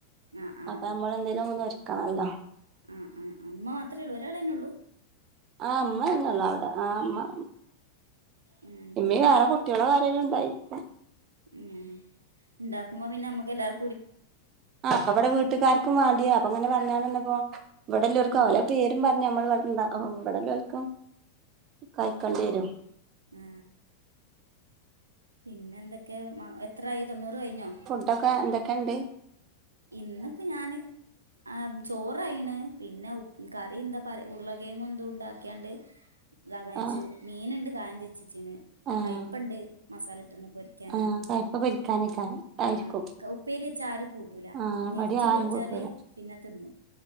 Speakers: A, on the right; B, on the right.
A: ആഹ് ആഹ്
B: അപ്പൊ അമ്മളെന്തേലൊന്ന് ഒര് ക്കണല്ലോ.
A: ഉം ഉം ഉം മ്മ മാത്രള്ളൂ ഒരാളന്നെള്ളൂ?
B: ആ മ്മന്നേള്ളൂ അവ്ടെ ആ മ്മ.
A: ഉം.
B: ഇമ്മിം വേറെ കുട്ട്യ ളാരേലുണ്ടായിരിക്കും.
A: ഉം ഇട്ടാക്കുമ്പോ പിന്നാമ്മക്കെ ല്ലാർ
B: ആ പ്പൊഇവ്ടെ വീട്ട്കാർക്കും വേണ്ടിയാ അപ്പൊങ്ങനെ പർഞ്ഞാന്നപ്പോ ഇവിടെല്ലോൽക്കും
A: ആഹ് ആഹ്
B: ഓലെ പേ രും പർഞ്ഞ് അമ്മൾ ഇവ്ടെ ഇണ്ടാ ഇവ്ടെല്ലോല്ക്കും കയ്കണ്ടേരും.
A: ഏ. പിന്നെന്തൊക്കെ മ എത്രായി തൊണ്ണൂറ് കയ്ഞ്ഞോ?
B: ഇപ്പൊക്കെ ന്തൊക്കെണ്ട്.
A: ഇന്നിപ്പ ഞാന് ആ ചോറായീണ് പിന്നെ ഉ കറി എന്താപ്പ ഉർളകേങ്ങും ഇതും ണ്ടാ ക്യാണ്ട്. ഇതാകണേച്ചു
B: ആഹ്
A: മീന്ണ്ട് കായം തെച്ചെച്ചീണ്
B: ആഹ്
A: കയ്പ്പണ്ട് മസാല ഇട്ട്ണ് പൊര് ക്യാനെ
B: ആഹ് കയ്പ്പ പൊരിക്കാനൊക്കാണ് ആയിരിക്കും
A: ആ ഉപ്പേരി വെച്ചാ ആരും കൂട്ടൂല.
B: ആഹ്
A: നെര്ച്ച്
B: ഇവടിം ആരും
A: പൊര്ച്ചാല്
B: കൂട്ടൂല
A: പിന്നെ ത്‌ന്നും